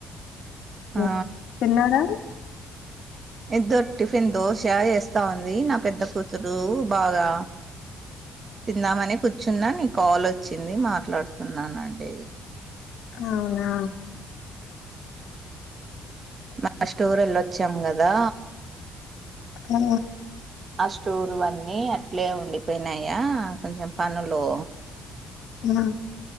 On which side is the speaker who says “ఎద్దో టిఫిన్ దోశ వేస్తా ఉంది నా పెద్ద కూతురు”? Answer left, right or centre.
Right